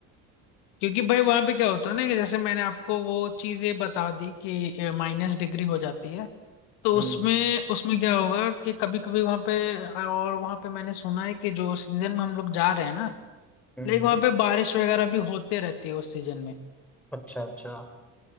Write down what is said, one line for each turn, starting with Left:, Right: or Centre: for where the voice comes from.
Left: क्योंकि भाई वहां पे क्या होता है ना कि जैसे मैंने आपको वो चीजें बता दी कि माइनस डिग्री हो जाती है तो
Centre: हम्म
Left: उसमें
Centre: हम्म
Left: उसमें क्या होगा कि कभी कभी वहां पे और वहां पे मैंने सुना है कि जो सीजन में हम लोग जा रहे हैं ना
Centre: हम्म
Left: लाइक
Centre: हम्म।
Left: वहां पे बारिश वगैरह भी होते रहती है उस सीजन में
Centre: अच्छा अच्छा